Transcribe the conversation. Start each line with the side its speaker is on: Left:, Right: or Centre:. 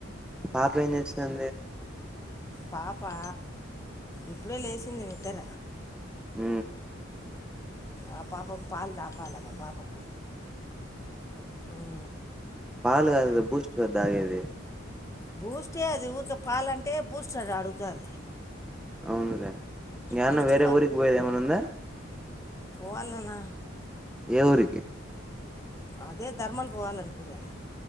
Centre: పాప ఏం చేస్తుంది
Left: పా పా ఇప్పుడే లేసింది నిదర
Centre: అ
Left: ఆ పాపకు పాాలంట పాల అ పాపకు అవు
Centre: పాలుగారు బూస్ట్ రద్దంది
Left: బూస్టే అది ఊరికి పాలంటే బూస్ట అడుగుతుది
Centre: అవునులే ఇంకాన్న
Left: బూస్ట్
Centre: వేరే ఊరికి పోయేది ఏమైనా ఉందా
Left: పవాలనా
Centre: ఎవరికి
Left: అదే ధర్మాలు పోవాలనుకున్నాం